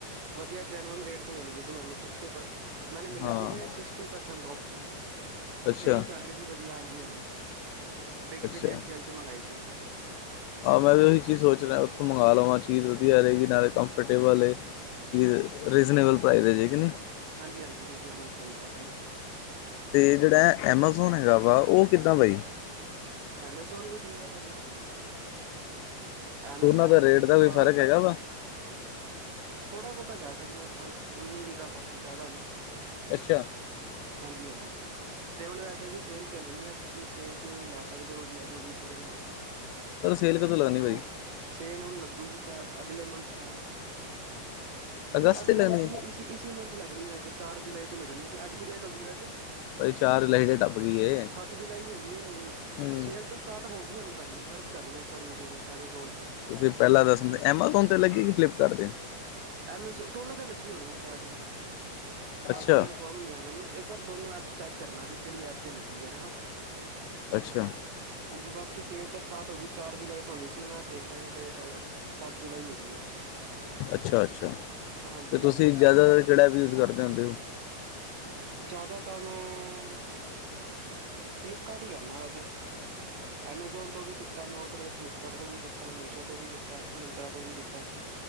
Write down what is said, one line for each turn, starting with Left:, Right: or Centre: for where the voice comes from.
Right: ਵਦੀਆਂ 'ਜੈਨੂਅਨ ਰੇਟ' ਚ ਮਿਲੀ ਗਈ ਸੀ ਮੈਨੂੰ ਫਿਰ। ਤੇ ਪਰ, ਮੈਨੂੰ ਮਿਲੇ
Left: ਹਾਂ
Right: ਸੀਗੇ ਸਿਕਸਟੀ ਪਰਸੈਂਟ ਔਫ਼ ਚ,
Left: ਅੱਛਾ
Right: ਸੇਲ ਚਲ ਟ੍ਰੇਜੀ ਵਦੀਆਂ ਹਾਂਜੀ-ਹਾਂਜੀ। ਬਿਗ
Left: ਅੱਛਾ
Right: ਬਿਲੀਅਨ ਸੇਲ ਚ ਮੰਗਾਈ ਸੀ ਮੈਂ
Left: ਆਹ ਮੈਂ ਵੀ ਓਹੀ ਚੀਜ਼ ਸੋਚ ਰਿਆ ਓਥੋਂ ਮੰਗਾ ਲਵਾਂ, ਚੀਜ਼ ਵਧੀਆ ਰਏਗੀ ਨਾਲੇ ਕੰੰਮਫ਼ਰਟੇਬਲ ਏ। ਠੀ ਏ, ਰੀਜਨੇਬਲ ਪ੍ਰਾਈਜ਼ ਐ ਜੇ ਕਿ ਨੀ।
Right: ਹਾਂਜੀ-ਹਾਂਜੀ ਰੀਜ਼ਨੇਬਲ ਪ੍ਰਾਈਸ ਐ ਆਪਣਾ।
Left: ਤੇ ਜੜਾ ਐ ਐਮਾਜ਼ੋਨ ਹੈਗਾ ਵਾ ਓ ਕਿੱਦਾਂ ਬਾਈ?
Right: ਐਮਾਜ਼ੋਨ ਵੀ ਠੀਕ ਐ ਭਾਜੀ। ਐਮਾਜ਼ੋਨ
Left: ਦੋਨਾਂ ਦਾ ਰੇਟ
Right: ਫਲਿੱਪਕਾਰਟ
Left: ਦਾ ਵੀ ਫ਼ਰਕ ਹੈਗਾ ਵਾ।
Right: ਥੋੜ੍ਹਾ ਬੌਤਾ ਕੈ ਸਕਦੇ ਆਂ ਆਪਾਂ, ਉੱਨੀ-ਵੀਅ ਦਾ ਫਰਕ ਜ਼ਾਦਾ ਨਈ।
Left: ਅੱਛਾ।
Right: ਹਾਂਜੀ-ਹਾਂਜੀ, ਤੇ ਹੁਣ ਵੈਸੇ ਵੀ ਸੇਲ ਚੱਲਣੀ ਐ। ਤੁਸੀਂ ਸੇਲ 'ਚ ਲੈ ਸਕਦੇ ਓ ਵਧੀਆ ਜੋ ਵੀ ਤੁਸੀਂ ਲੈਣਾ ਵਾ,
Left: ਕਦੋਂ ਸੇਲ ਕਦੋਂ ਲੱਗਣੀ ਬਾਈ
Right: ਹੁਣੇ। ਸੇਲ ਹੁਣ ਲੱਗੁਗੀ ਸ਼ੈਦ ਅਗਲੇ ਮੰਥ ਸ਼ੈਦ।
Left: ਅਗਸਤ
Right: ਨੀ ਅਗਲੇ
Left: 'ਚ ਲੱਗਣੀ
Right: ਮੰਥ ਨੀ, ਇਸੀ-ਇਸੀ ਮੰਥ ਲੱਗਣੀ ਵੈਸੇ। ਚਾਰ ਜੁਲਾਈ ਤੋਂ ਲੱਗਣੀ ਸੀ, ਅੱਜ ਕੀ ਡੇਟ ਹੋ ਗਈ ਵੈਸੇ।
Left: ਭਾਜੀ ਚਾਰ ਲਾਈਟੇ ਟੱਪ ਗਈ ਏ।
Right: ਸੱਤ ਜੁਲਾਈ ਹੋ ਗੀ ਏ
Left: ਹੂੰ।
Right: ਸੇਲ ਤੇ ਸਟਾਟ ਹੋ ਗੀ ਹੋਣੀ ਭਾਜੀ, ਸਰਚ ਕਰਨਾ ਇੱਕ ਵਾਰੀ ਓਦੇ ਤੇ ਐਮਾਜ਼ੋਨ ਤੇ।
Left: ਤੁਸੀਂ ਪੈਲਾਂ ਦੱਸ ਦੇੰਦੇ ਐਮਾਜ਼ੋਨ ਤੇ ਲੱਗੇਗੀ ਫਲਿੱਪਕਾਰਟ ਤੇ।
Right: ਐਮਜੋ ਦੋਨਾ ਤੇ ਲੱਗੀ ਹੋਣੀ ਏ ਸ਼ੈਦ,
Left: ਅੱਛਾ,
Right: ਬਾਕੀ ਕਨਫ਼ਮ ਨੀ ਏ ਮੈਨੂੰ। ਇੱਕ ਪਰ ਦੋਨੋ ਐਪਸ ਚੈੱਕ ਕਰਨਾ, ਵੀ ਕੇੜੀ ਐਪ 'ਚ ਲੱਗੀ ਐ ਹਨਾ।
Left: ਅੱਛਾ
Right: ਹਾਂਜੀ, ਬਾਕੀ ਸੇਲ ਤਾਂ ਸਟਾਟ ਹੋ ਗੀ, ਚਾਰ ਜੁਲਾਈ ਤੋਂ ਹੋਣੀ ਸੀ, ਮੈਂ ਦੇਖਿਆ ਜੀ ਡੇਟ, ਅਜ ਅ ਸੱਤ ਜੁਲਾਈ ਹੋ ਗੀ ਐ।
Left: ਅੱਛਾ-ਅੱਛਾ,
Right: ਹਾਂਜੀ
Left: ਤੇ ਤੁਸੀਂ
Right: ਹਾਂਜੀ ਭਾਅ ਜੀ
Left: ਜ਼ਾਦਾਤਰ ਕੇੜਾ ਏਪ ਯੂਜ਼ ਕਰਦੇ ਹੁੰਦੇ ਓ?
Right: ਜ਼ਾਦਾ ਤਾਂ ਮੈਂ ਫਲਿੱਪਕਾਟ ਈ ਕਰਨਾ ਵੈਸੇ। ਐਮਾਜ਼ੋਨ ਤੋਂ ਵੀ ਕੀਤਾ ਮੈਂ ਔਡਰ, ਫਲਿੱਪਕਾਟ ਤੋਂ ਵੀ ਕੀਤਾ, ਮੀਸ਼ੋ ਤੋਂ ਵੀ ਕੀਤਾ, ਮਿੰਤਰਾ ਤੋਂ ਵੀ ਕੀਤਾ।